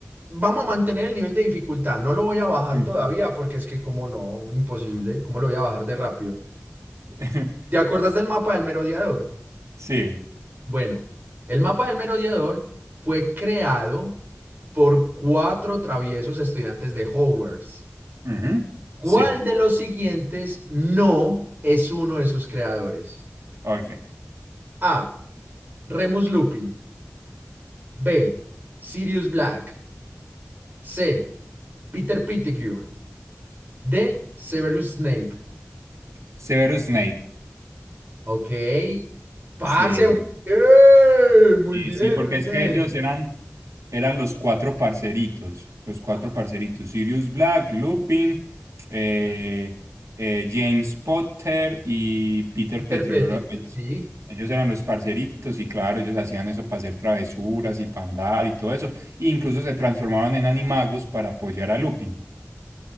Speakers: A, on the right (about 40°); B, on the right (about 85°).
A: Vamos a mantener el nivel de dificultad. No lo voy a bajar
B: Sí.
A: todavía
B: Sí.
A: porque es que, como no, imposible. ¿Cómo lo voy a bajar de rápido?
B: <laughs>
A: ¿Te acuerdas del mapa del merodeador?
B: Sí.
A: Bueno, el mapa del merodeador fue creado por cuatro traviesos estudiantes de Hogwarts.
B: Ujú.
A: ¿Cuál
B: Sí.
A: de los siguientes no es uno de sus creadores?
B: Ok.
A: A. Remus Lupin. B. Sirius Black. C. Peter Pettigrew. D. Severus Snape.
B: Severus Snape.
A: Ok. Parce,
B: Sí.
A: muy bien, muy
B: Sí,
A: bien,
B: sí, porque
A: muy
B: es
A: bien.
B: que ellos eran, eran los cuatro parceritos, los cuatro
A: Ajá,
B: parceritos, Sirius Black, Lupin, eh, eh, James Potter y Peter
A: Peter
B: Pettigrew.
A: Pettigrew,
B: era- Ellos,
A: sí.
B: ellos eran los parceritos y claro, ellos hacían eso para hacer travesuras y para andar y todo eso. E incluso se transformaron en animagos para apoyar a Lupin.